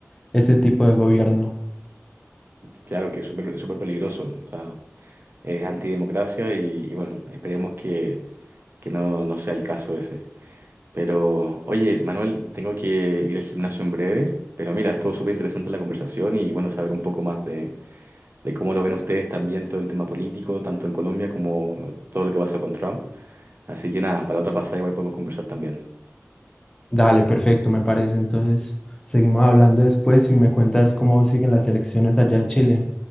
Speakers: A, on the left (about 15°); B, on the right (about 50°).
A: ese tipo de gobierno.
B: Claro que es súper súper peligroso, o sea, es antidemocracia y, y bueno, esperemos que, que no, no sea el caso ese. Pero, oye, Manuel, tengo que ir al gimnasio en breve, pero mira, estuvo súper interesante la conversación y bueno, saber un poco más de, de cómo lo ven ustedes también todo el tema político, tanto en Colombia como todo lo que pasa con Trump. Así que nada, para otra pasada igual podemos conversar también.
A: Dale, perfecto, me parece. Entonces, seguimos hablando después y me cuentas cómo siguen las elecciones allá de Chile.